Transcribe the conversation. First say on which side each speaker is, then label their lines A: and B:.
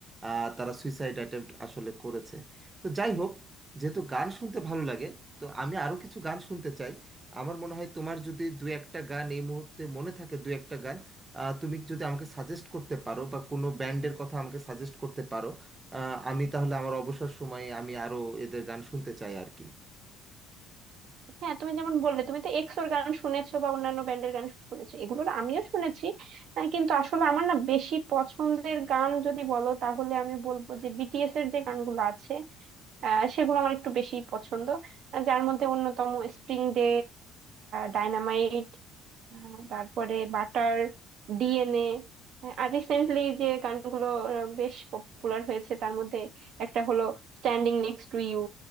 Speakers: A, on the right; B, on the right.
A: আহ, তারা সুইসাইড অ্যাটেম্প্ট আসলে করেছে তো যাই হোক যেহেতু গান শুনতে ভালো লাগে তো আমি আরও কিছু গান শুনতে চাই আমার মনে হয় তোমার যদি দু একটা গান এই মুহূর্তে মনে থাকে দু একটা গান আহ, তুমি যদি আমাকে সাজেস্ট করতে পারো বা কোনো ব্যান্ডের কথা আমাকে সাজেস্ট করতে পারো আহ, আমি তাহলে আমার অবসর সময়ে আমি আরও এদের গান শুনতে চাই আর কি
B: হ্যাঁ তুমি যেমন বললে তুমি তো এক্সোর গান শুনেছো বা অন্যান্য ব্যান্ডের গান শুনেছো এগুলোর আমিও শুনেছি আহ, কিন্তু আসলে আমার না বেশি পছন্দের গান যদি বলো তাহলে আমি বলবো যে বিটিএস এর যে গানগুলো আছে আহ সেগুলো আমার একটু বেশি পছন্দ আহ যার মধ্যে অন্যতম স্প্রিং ডে ডাইনামাইট তারপরে বাটার ডিএনএ আর রিসেন্টলি যে গানগুলো আহ, বেশ পপুলার হয়েছে তার মধ্যে একটা হলো Standing Next to You